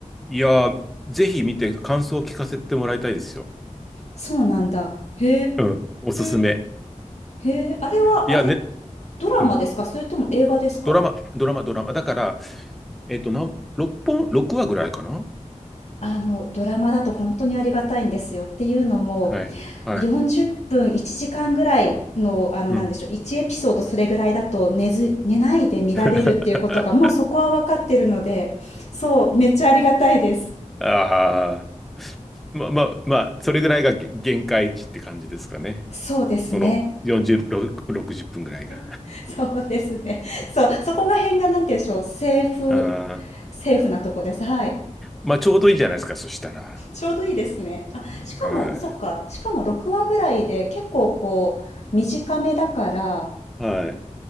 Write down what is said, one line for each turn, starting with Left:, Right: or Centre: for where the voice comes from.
Centre: いやー、ぜひ見て感想を聞かせてもらいたいですよ。
Left: そうなんだ。へ
Centre: うん。おすすめ。
Left: え。へえ、あれは、
Centre: いやね、
Left: あれ、ドラマですかそれとも映画ですか
Centre: うん。ドラマ、ドラマ、ドラマ。だから、えっと、なん、6本、6話ぐらいかな
Left: あのドラマだと本当にありがたいんですよっていうのも
Centre: はい、はい。
Left: 40分1時間ぐらいのあのなんでしょう1エピソードそれぐらいだと寝ず寝ないで見られるっていうことがもうそこは分かってるのでそうめっちゃありがたいです
Centre: うん。<laughs> ああ、まあまあ、まあ、それぐらいがげ限界値って感じですかね。
Left: そうですね
Centre: その40、6 60分ぐらいが。
Left: <laughs> そうですねそうそこが変がなんて言うんでしょうセーフ
Centre: あー
Left: セーフなとこですはい
Centre: まあ、ちょうどいいじゃないですか、そしたら。
Left: ちょうどいいですねあしかもそっかしかも6話ぐらいで結構こう短めだから
Centre: はい。はい。